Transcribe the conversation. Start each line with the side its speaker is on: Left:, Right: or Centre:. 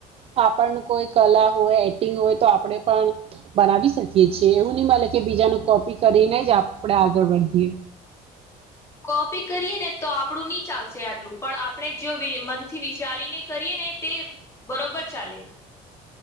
Right: આપણ કોઈ કલા હોય એક્ટિંગ હોય તો આપણે પણ બનાવી શકીએ છીએ એવું નહી મળ કે બીજાનું કો કરીને જ આપણેે આગળ વધીએ.
Left: કોપી કરીએ ને તો આપડું નની ચાલશે આટલું પણ આપણે જો મ થી વિચારીને કરીને તે બરોબર ચાલે